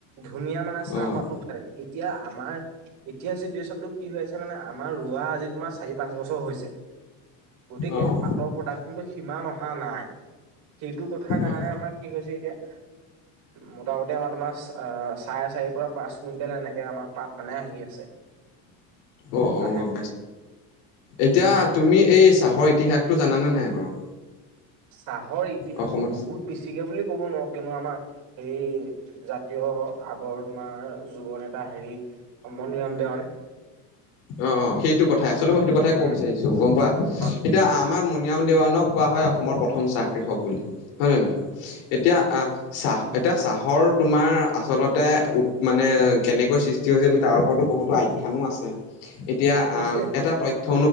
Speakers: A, on the right (about 60°); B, on the left (about 85°).
A: ধুনীয়া মানে চাহপাতটো
B: অ',
A: উ খাই থাকে এতিয়া আমাৰ এতিয়া চিটুৱেশ্যন টো কি হৈ আছে। মানে আমাৰ ৰোৱা আজি তোমাৰ চাৰি পাঁচ বছৰ হৈছে। গতিকে
B: অ',
A: পাটৰ প্ৰডাক্ট খনো সিমান অহা নাই। সেইটো কথাৰ
B: নাই
A: কাৰণে আমাৰ কি হৈছে এতিয়া মোটামুটি আমাৰ তোমাৰ চাৰে চাৰিৰ পৰা পাঁচ কুইণ্টেল এনেকৈ আমাৰ পাত মানে আহি আছে।
B: অ',
A: মাহে
B: অ', গম এতিয়া তুমি এই চাহৰ ইতিহাসটো জানে নাই বাৰু?
A: চাহৰ ইতিহাসতো
B: অসমত?
A: বহুত বেছিকে বুলি ক'ব নোৱাৰো কনো আমাৰ সেই জাতীয় আগৰ তোমাৰ যুৱন নেতা হেৰি মনৰাম দেৱান।
B: অ' অ' সেইটো কথাই আচলতে মই সেইটো কথাই কব
A: উম
B: বিচাৰিছো গম পোৱা
A: হয়
B: এতিয়া
A: হয়
B: আমাৰ ও দেৱানক কোৱা হয় অসমৰ প্ৰথম চাহ কৃষক বুলি হয় নয় নহয় এতিয়া আহ চাহ এতিয়া চাহৰ তোমাৰ আচলতে উ মানে কেনেকৈৃষ্ট হৈছিল তাৰ ওৰতো বহুতো আখ্যয়ানো আছে এতিয়া
A: আছে
B: এটা তথ